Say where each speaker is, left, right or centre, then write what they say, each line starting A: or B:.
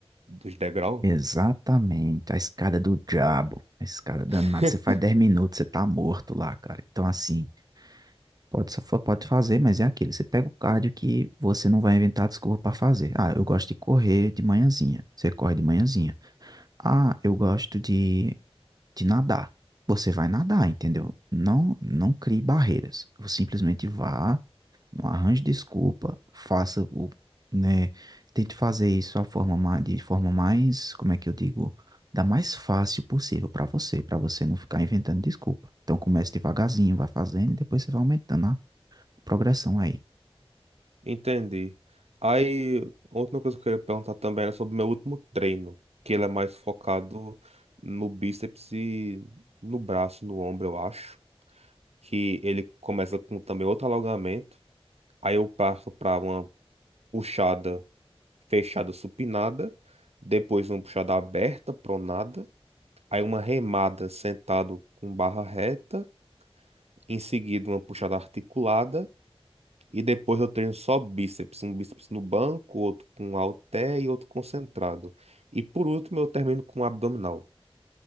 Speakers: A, on the right; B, on the right.
A: dos degraus.
B: Exatamente, a escada do diabo, a escada danada.
A: <laughs>
B: Você faz 10 minutos, você tá morto lá, cara. Então, assim. Pode, sa- pode fazer, mas é aquilo. Você pega o cardio que você não vai inventar desculpa para fazer. Ah, eu gosto de correr de manhãzinha. Você corre de manhãzinha. Ah, eu gosto de, de nadar. Você vai nadar, entendeu? Não, não crie barreiras. Você simplesmente vá, não arranje desculpa, faça o, né, tente fazer isso a forma ma- de forma mais, como é que eu digo, da mais fácil possível para você, para você não ficar inventando desculpa. Então comece devagarzinho, vai fazendo e depois você vai aumentando progressão aí.
A: Entendi. Aí, outra coisa que eu queria perguntar também era sobre o meu último treino, que ele é mais focado no bíceps e no braço, no ombro, eu acho. Que ele começa com também outro alongamento. Aí eu passo para uma puxada fechada supinada, depois uma puxada aberta, pronada, aí uma remada sentado com barra reta, em seguida uma puxada articulada. E depois eu treino só bíceps, um bíceps no banco, outro com halter e outro concentrado. E por último eu termino com abdominal.